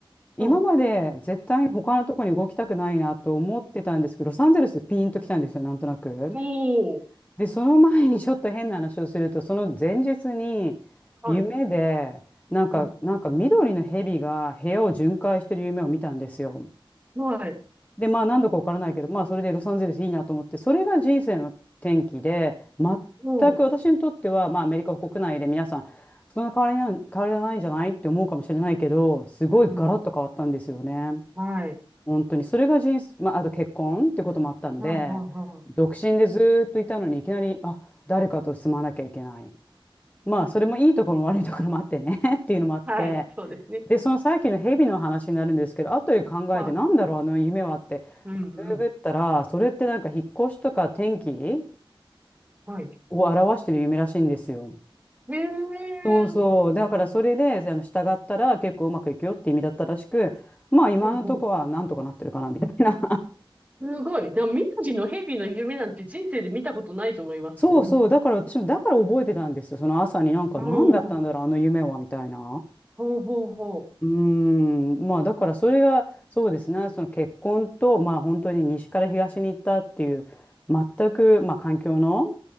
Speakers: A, on the left; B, on the right.
A: 今まで絶対に他のとこに動きたくないなと思ってたんですけど、
B: お
A: ロサンゼルスピンと来たんですよ、なんとなく。
B: ー。
A: で、その前にちょっと変な話をすると、その前日に夢で、
B: はい。
A: なんか、
B: うん。
A: なんか緑の蛇が部屋を巡回してる夢を見たんですよ。
B: はい。
A: で、まあ何度かわからないけど、まあそれでロサンゼルスいいなと思って、それが人生の転機で、全く私にとっては、
B: おー。
A: まあアメリカ国内で皆さん、そんな変わりな変わりはないんじゃないって思うかもしれないけど、すごいガラッと変わったんですよね。
B: うん。はい。は
A: 本当に、それが人生、まあ、あと結婚ってこともあったので、
B: あはあは
A: 独身でずーっといたのに、いきなり、あ、誰かと住まなきゃいけない。まあ、それもいいところも悪いところもあってね <laughs> っていうのもあって、
B: あはい。そうですね。
A: で、そのさっきのヘビの話になるんですけど、後で考えて、
B: はい。
A: なんだろう、あの夢はって、
B: うん、うん。
A: ググったら、それってなんか引っ越しとか天気
B: はい。
A: を表してる夢らしいんですよ。
B: へえ、
A: そうそう。だからそれで、あの、従ったら結構うまくいくよって意味だったらしく、まあ今のとこはなんとかなってるかなみたいな
B: うんうん。すごい。でも、宮城の蛇の夢なんて人生で見たことないと思いますもん。
A: そうそう。だから私も、だから覚えてたんですよ。その朝になんか、
B: うん。
A: 何だったんだろう、あの夢は、みたいな。
B: ほうほうほう。
A: うーん。まあ、だからそれが、そうですね。その結婚と、まあ、本当に西から東に行ったっていう、全く、まあ、環境の